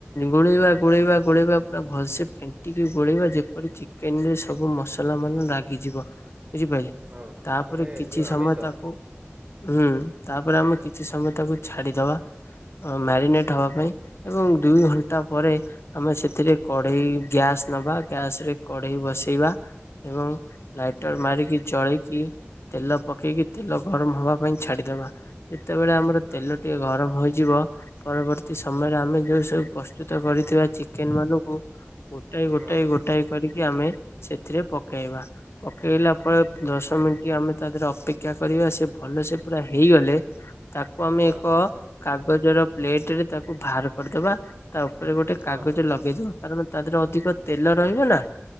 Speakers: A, on the left; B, on the right.
A: ଗୋଳେଇବା
B: ହଁ
A: ଗୋଳେଇବା ଗୋଳେଇବା ପୁରା ଭଲସେ ଫେଣ୍ଟିକି ଗୋଳେଇବା ଯେପରି ଚି ଚିକେନ୍ ରେ ସବୁ ମସଲା ମାନେ ରାଗିଯିବ ବୁଝିପାରିଲେ।
B: ହଁ
A: ତାପରେ
B: ମାନେ
A: କିଛି
B: ଯୋଉ ଆମିଷ
A: ସମୟ
B: ହଁ
A: ତାକୁ ହୁଁ ତାପରେ ଆମେ କିଛି ସମୟ ତାକୁ ଛାଡିଦବା। ମ୍ୟାରିନେଟ୍ ହବା ପାଇଁ ଏବଂ ଦୁଇ ଘଣ୍ଟା ପରେ ଆମେ ସେଥିରେ କଢେଇ ଗ୍ୟାସ୍ ନବା ଗ୍ୟାସ୍ ରେ କଢେଇ ବସେଇବା ଏବଂ ଲାଇଟର
B: ହଁ।
A: ମାରିକି ଜଳେଇ କି ତେଲ ପକେଇକି ତେଲ ଗରମ ହବା ପାଇଁ ଛାଡିଦବା ଯେତେବେଳେ ଆମର
B: ହଁ
A: ତେଲ ଟିକେ ଗରମ ହୋଇଯିବ ପରବର୍ତ୍ତୀ ସମୟରେ ଆମେ ଯୋଉ ସବୁ ପ ପ୍ରସ୍ତୁତ କରିଥିବା ଚିକେନ୍ ମାନଙ୍କୁ ଗୋଟଏ ଗୋଟଏ
B: ହଁ
A: ଗୋଟାଏ କରି କି ଆମେ ସେଥିରେ ପକେଇବା ପକେଇଲା ପରେ ଦଶ ମିନିଟ୍ ଆମେ ତା ଦେହରେ ଅପେକ୍ଷା କରିବା ସେ ଭଲ ସେ ପୁରା ହେଇଗଲେ। ତାକୁ ଆମେ
B: ହଁ
A: ଏକ କାଗଜର ପ୍ଲେଟ ରେ ତାକୁ ବାହାର କରିଦବା ତା ଉପରେ ଗୋଟେ
B: ହଁ
A: କାଗଜ ଲଗେଇଦବା କାରଣ ତା ଦେହରେ ଅଧିକ ତେଲ
B: ହଁ
A: ରହିବ ନାଁ।